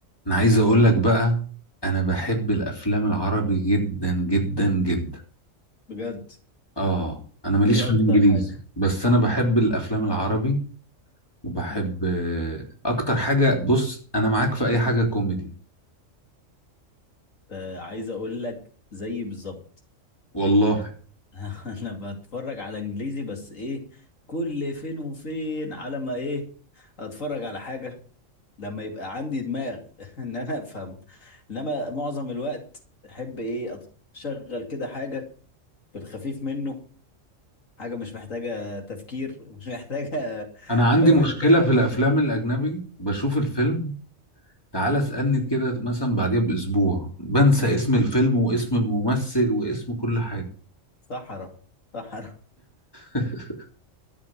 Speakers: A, on the left; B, on the left.
A: انا عايز اقول لك بقى انا بحب الافلام العربي جدا جدا جدا
B: بجد
A: اه انا ماليش
B: ايه
A: في
B: اكتر
A: الانجليزي
B: حاجه
A: بس انا بحب الافلام العربي وبحب
B: امم
A: آه، اكتر حاجة بص انا معاك في اي حاجة كوميدي
B: آه، عايز اقول لك زي بالظبط
A: والله
B: يعني <laughs> انا بتفرج على انجليزي بس ايه كل فين وفين على ما ايه اتفرج على حاجه لما يبقى عندي دماغ <laughs> ان انا افهم انما معظم الوقت احب ايه اشغل كده حاجه في الخفيف منه حاجه مش محتاجه تفكير مش محتاجه
A: انا
B: <laughs>
A: عندي
B: فاهم
A: مشكلة
B: انت
A: في الافلام الاجنبي بشوف الفيلم تعال اسألني كده مثلا بعديها باسبوع بنسى اسم الفيلم واسم الممثل واسم كل حاجة
B: صحراء صحراء <laughs>
A: <laughs>